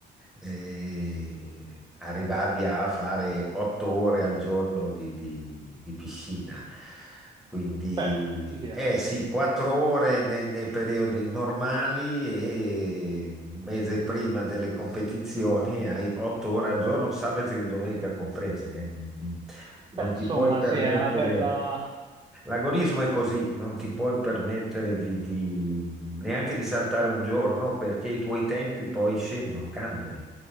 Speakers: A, in the centre; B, on the right.
A: eh, arrivavi a fare otto ore al giorno di, di- di piscina. Quindi,
B: Beh, via.
A: eh sì, quattro ore nei, nei periodi normali e un mese prima delle competizioni hai otto ore al giorno, sabato e domenica compresi. eh. Non non
B: Beh, insomma,
A: ti puoi permettere.
B: sì, è una bella...
A: L'agonismo è così, non ti puoi permettere di, di- neanche di saltare un giorno perché i tuoi tempi poi scendono, cambiano.